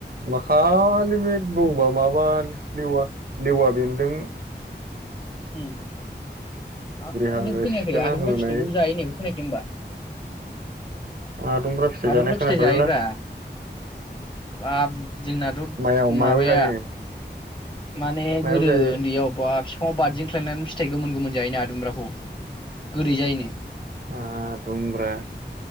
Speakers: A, on the right; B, on the left.
A: माखालि बे बौबा माबा लेवा लेवा बेनदों
B: उ आरोनों
A: हाग्रा
B: खोनायाखै
A: सिफ्लेना
B: आदुमग्रा
A: होनाय
B: फिथाइखौबो जायो होननायखौ खोनायाखै होमबा
A: आदुमब्रा
B: आदुमग्रा
A: जानाय
B: फिथाइ
A: खोनाफेरबायलै
B: जायोब्रा बाब जोंनाथ'
A: मायाव मायाव
B: माबाया
A: जायो
B: माने
A: मायाव
B: गोदो
A: जायो
B: उन्दैयाव बि फाङाव बारदिंख्लायनानै फिथाइ गोमोन गोमोन जायोना आदुमब्राखौ गोदै जायोनो
A: आदुमब्रा